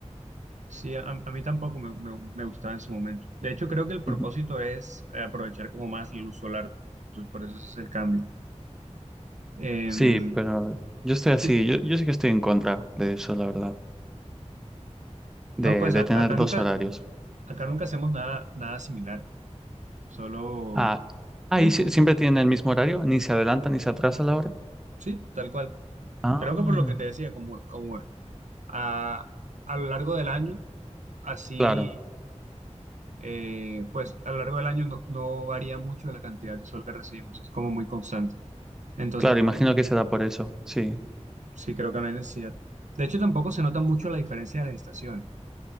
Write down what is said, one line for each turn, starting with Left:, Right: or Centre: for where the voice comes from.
Right: Sí, a, a mí tampoco me, me- me gustaba en su momento. De hecho, creo que el propósito
Centre: Ujú.
Right: es eh, aprovechar como más la luz solar. Entonces, por eso ese es el cambio. Em,
Centre: Sí, pero yo estoy así,
Right: sí,
Centre: yo, yo sí que estoy en contra de eso, la verdad,
Right: No,
Centre: de
Right: pues
Centre: de
Right: a-
Centre: tener
Right: acá
Centre: dos
Right: nunca,
Centre: horarios.
Right: acá nunca hacemos nada, nada similar. Solo,
Centre: Ah, Ahí
Right: sí,
Centre: siempre
Right: como-
Centre: tienen el mismo horario, ni se adelanta ni se atrasa la hora.
Right: sí, tal cual.
Centre: Ah,
Right: Creo que por lo que te decía, como, como a, a lo largo del año, así,
Centre: claro,
Right: eh, pues a lo largo del año no, no varía mucho la cantidad de sol que recibimos. Es como muy constante. Entonces,
Centre: claro,
Right: no.
Centre: imagino que será por eso, sí.
Right: Sí, creo que no hay necesidad. De hecho, tampoco se nota mucho la diferencia de las estaciones.